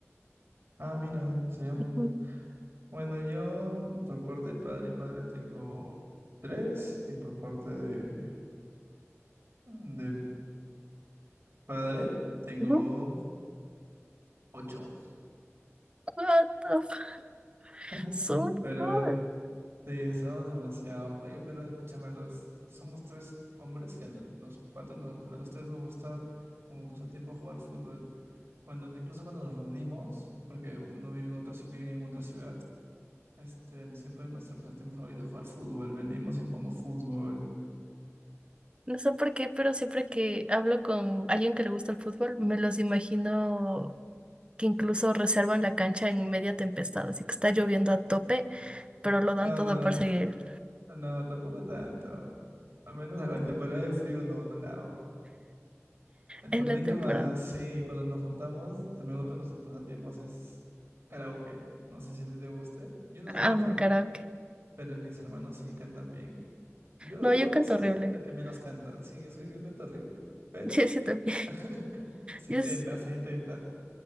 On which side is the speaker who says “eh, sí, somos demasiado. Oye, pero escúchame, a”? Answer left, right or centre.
Right